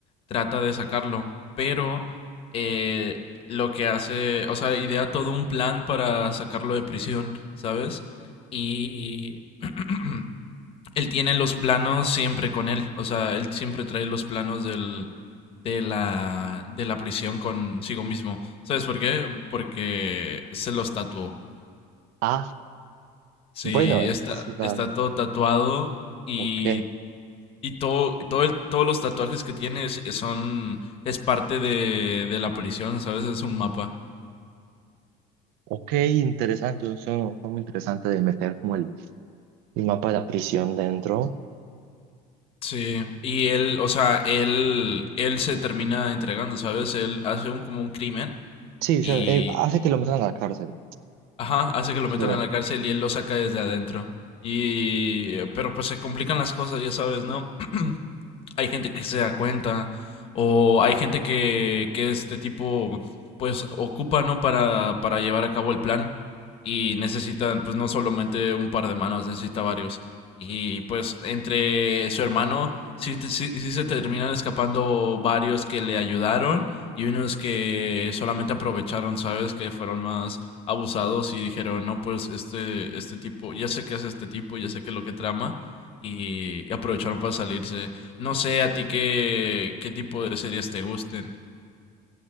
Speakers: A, on the left; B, on the right.
A: trata de sacarlo. Pero eh, lo que hace, o sea, idea todo un plan para sacarlo de prisión, ¿sabes? Y <clears throat> él tiene los planos siempre con él, o sea, él siempre trae los planos del, de, la, de la prisión consigo mismo. ¿Sabes por qué? Porque se los tatuó.
B: Ah,
A: Sí,
B: bueno,
A: está,
B: es verdad.
A: está todo tatuado y
B: Ok,
A: y todo, todo el- todos los tatuajes que tienes son, es parte de, de la prisión, ¿sabes? Es un mapa.
B: ok, interesante. Es una forma interesante de meter como el, el mapa de la prisión dentro.
A: Sí. Y él, o sea, él, él se termina entregando, ¿sabes? Él hace un como un crimen
B: Sí,
A: y,
B: o sea, eh, hace que lo metan a la cárcel.
A: Ajá, hace que lo
B: Sí.
A: metan a la cárcel y él lo saca desde adentro. Y... Pero pues se complican las cosas, ya sabes, ¿no? <clears throat> Hay gente que se da cuenta o hay gente que, que este tipo pues ocupa, ¿no? Para, para llevar a cabo el plan y necesitan pues no solamente un par de manos, necesita varios. Y pues entre su hermano sí, te- sí- sí se terminan escapando varios que le ayudaron y unos que solamente aprovecharon, ¿sabes? Que fueron más abusados y dijeron, no, pues este, este tipo, ya sé qué es este tipo, ya sé qué es lo que trama, y, y aprovecharon para salirse. No sé a ti qué, qué tipo de series te gusten.